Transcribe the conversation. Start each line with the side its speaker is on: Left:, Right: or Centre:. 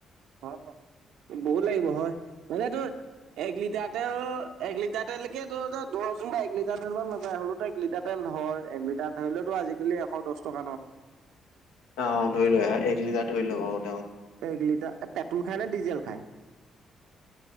Right: হয় বহুত লাগিব হয় মানে তোৰ। এক লিটাৰ তেল এক লিটাৰ তেলকে ধৰচোন বা এক লিটাৰ তেল মান নাযায় হ'লো তোৰ এক লিটাৰ তেল। ধৰ এক লিটাৰ ধৰি ললেওতো আজিকালি এশ দহ টকা ন।
Left: অ ধই লোৱা এক লিটাৰ ধৰি লব দে।
Right: লিটাৰ পেট্ৰল খায় নে ডিজেল খায়।